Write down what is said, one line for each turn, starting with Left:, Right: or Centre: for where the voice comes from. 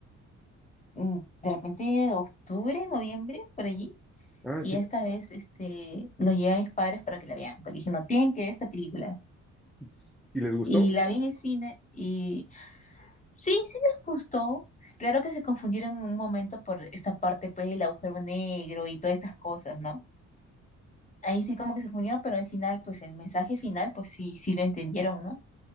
Left: mm, de repente octubre, noviembre, por allí.
Centre: Ah,
Left: Y
Centre: sí.
Left: esta vez este, nos llevé a mis padres para que la vean, porque dije, no, tienen que ver esta película.
Centre: Si les gustó.
Left: Y la vi en el cine y sí, sí les gustó. Claro que se confundieron en un momento por esta parte, pues, del agujero negro y todas esas cosas, ¿no? Ahí sí como que se confundieron, pero al final, pues, el mensaje final, pues sí, sí lo entendieron, ¿no?